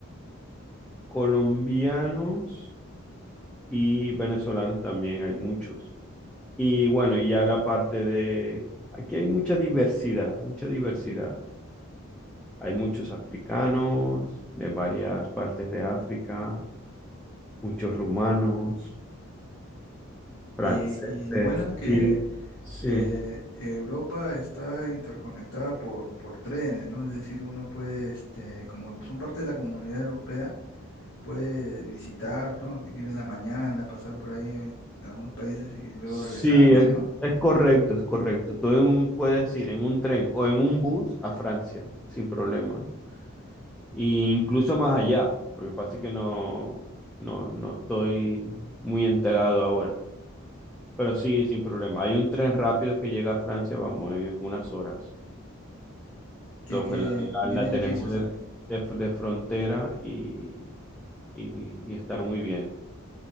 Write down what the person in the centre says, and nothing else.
colombianos y venezolanos también hay muchos. Y bueno, y ya la parte de, aquí hay mucha diversidad, mucha diversidad. Hay muchos africanos de varias partes de África, muchos rumanos, franceses
y sí,
sí,
es,
es correcto, es correcto. Tú en un- puedes ir en un tren o en un bus a Francia sin problema. e incluso más allá. Lo que pasa es que no, no, no estoy muy enterado ahora. Pero sí, sin problema. Hay un tren rápido que llega a Francia, vamos, en unas horas.
Creo
que la, la-
la
tenemos de,
de- de frontera y, y- y está muy bien.